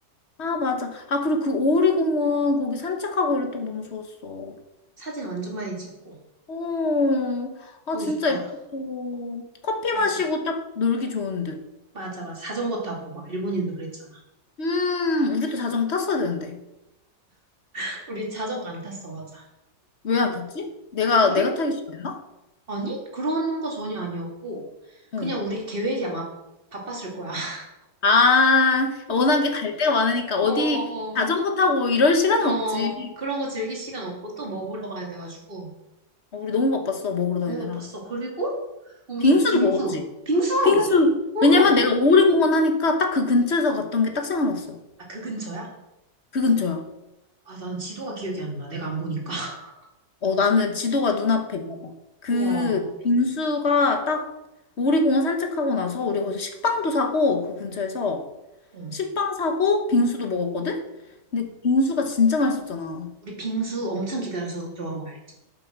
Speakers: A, on the left; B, on the right.
A: 아, 맞아. 아, 그리고 그 오리공원 거기 산책하고 이랬던 거 너무 좋았어.
B: 사진 완전 많이 찍고.
A: 오, 아,
B: 거기
A: 진짜
B: 좋더라.
A: 예뻤어. 커피
B: 맞아.
A: 마시고 딱 놀기 좋은 듯.
B: 맞아, 맞아. 자전거 타고, 막, 일본인들 그랬잖아.
A: 음, 우리도 자전거 탔어야 되는데.
B: <laughs> 우리 자전거 안 탔어, 맞아.
A: 왜 안 탔지? 내가,
B: 우리?
A: 내가 타기 싫었나?
B: 아니, 그런 거 전혀 아니었고,
A: 응.
B: 그냥 우리 계획이 아마 바빴을 거야. <laughs>
A: 아,
B: 어,
A: 워낙에 갈 데가 많으니까 어디
B: 어, 어,
A: 자전거 타고 뭐 이럴 시간은
B: 어.
A: 없지.
B: 그런 거 즐길 시간 없고 또 먹으러 가야 돼가지고.
A: 어, 우리 너무 바빴어, 먹으러 다니느라.
B: 너무 바빴어. 그리고 우리
A: 빙수도
B: 빙수.
A: 먹었지.
B: 빙수!
A: 빙수.
B: 어.
A: 왜냐면 내가 오리공원 하니까 딱 그 근처에서 갔던 게 딱 생각났어.
B: 아, 그 근처야?
A: 그 근처야.
B: 아, 난 지도가 기억이 안 나. 내가 안 보니까. <laughs>
A: 어, 나는 지도가 눈앞에 있나 봐. 그
B: 우와.
A: 빙수가 딱 오리공원 산책하고 나서 우리 거기서 식빵도 사고 그 근처에서
B: 어.
A: 식빵 사고 빙수도 먹었거든? 근데 빙수가 진짜 맛있었잖아.
B: 우리 빙수 엄청 기다려서 들어간 거 알지?